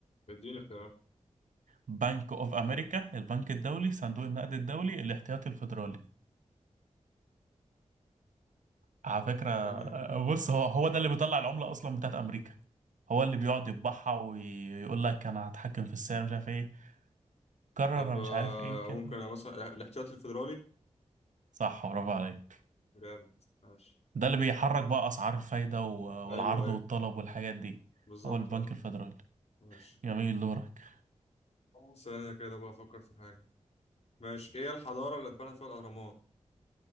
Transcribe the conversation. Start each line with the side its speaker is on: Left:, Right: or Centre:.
Left: اديني اختيارات
Right: بنك أوف أمريكا البنك الدولي صندوق النقد الدولي الاحتياطي الفيدرالي على فكرة آه،
Left: آه.
Right: بص هو هو ده اللي بيطلع العملة أصلا بتاعت أمريكا هو اللي بيقعد يطبعها ويقول لك أنا هتحكم في السعر مش عارف إيه قرر
Left: طب آه،
Right: مش عارف إيه كده
Left: ممكن أنا مثلا الاحتياطي الفيدرالي
Right: صح برافو عليك
Left: جامد ماشي
Right: ده اللي بيحرك بقى اسعار الفايده و-
Left: ايوه
Right: والعرض
Left: ايوه
Right: والطلب والحاجات دي
Left: بالظبط
Right: هو البنك
Left: اه
Right: الفيدرالي
Left: ماشي
Right: جميل دورك
Left: ثانية كده بقى افكر في حاجة ماشي ايه الحضارة اللي اتبنت فيها الاهرامات